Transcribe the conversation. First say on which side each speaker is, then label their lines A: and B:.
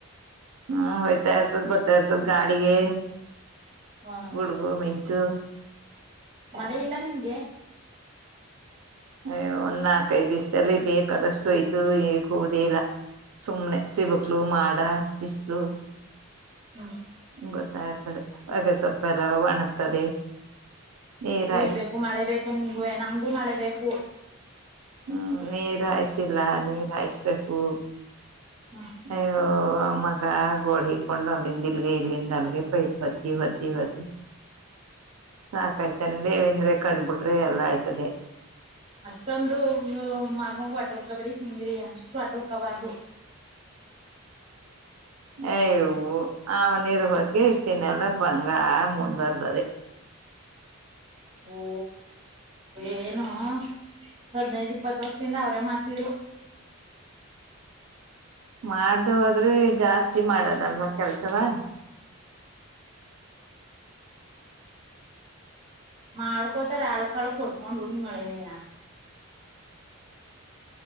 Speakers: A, on the right; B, on the right.
A: ಹ್ಮ್ ಹಯ್ತಾ ಇತ ಬತಾ ಇತ ಗಾಡಿಿಗೆ
B: ಹಾ
A: ಗುಡ್ಬು ಮ ಜ
B: ಮಳೆ ಇಲ್ಲ ನಿಮ್ಗೆ
A: ಅಯ ಒಂದ್ ನಾಕೈದ್ ದಿವಸದಲ್ಲಿ ಬೇಕಾದಷ್ಟು ಆಯ್ತು ಈಗ ಹೋಗುದಿಲ್ಲ ಸುಮ್ನೆ ಸಿಬಕ್ಲು ಮಾಡ ಇಿಸಲು
B: ಹ್ಮ
A: ಗೊತ್ತಾಯರ್ತದೆ ಹಾಗಗೆ ಸೊಪ್ಪ ಎಲ್ಲ ಒಣಗ್ತದೆ ನೀರ್
B: ಹುಯ್ಬೇಕು ಮಳೆ ಬೇಕು ನಿಮ್ಗೂ ನಮ್ಗೂ ಮಳೆ ಬೇಕು
A: ಹ್ಮ ನೀದಾಯ ಲ್ಲ ನೀರ್ಾಯಸ್ಬೇಕು
B: ಹ್ಮ್
A: ಅಯ್ಯೋ ಮಗ ಗೋಳ ಹಿಕ್ಕೊಂಡು ಅಲ್ಲಿಂದ ಇಲ್ಗೆ ಇಲ್ಲಿಂದ ಅಲ್ಗೆ ಪೈಪ್ ಹೊತ್ತ ಹೊತ್ತ ಹೊತ್ತ ಸಾಕಾಯ್ತನ್ ದೇವಂದ್ರೆ ಕಣ್ಬಿಟ್ರಿ ಎಲ್ಲಾ ಆಯ್ತದೆ
B: ಅಷ್ಟೊಂದು ಮಗಂಬು ಅಟೋರ್ಕ ಬಿೇಡಿ ಸುಂಗೀರಿ ಅಷ್ಟು ಅಟೋರ್ಕಬಾರ್ದು
A: ಅಯ್ಯವು ಅವನಿರು ಹೊದಕ ಇಷ್ಟತಿನಲ್ಲ ಬಂಗಾರ ಮುಂದುವರ್ದದೆ
B: ಓ ಏನು ಹದ್ಿನೈದು ಇಪ್ಪತ್ ವರ್ಷದಿಂದ ಅವ್ರೇ ಮಾಡ್ತಿದ್ರು
A: ಮಾಡ್ದ ಹೋದ್ರೆ ಜಾಸ್ತಿ ಮಾಡದಲ್ವಾ ಕೆಲ್ಸದ
B: ಮಾಡ್ಕೋತಾರೆ ಅಳ್ ಕಳಕ್ ಹೊಟ್ಕೊಂಡರು ನೀ ಮಳಿ ಮಯ್ಯ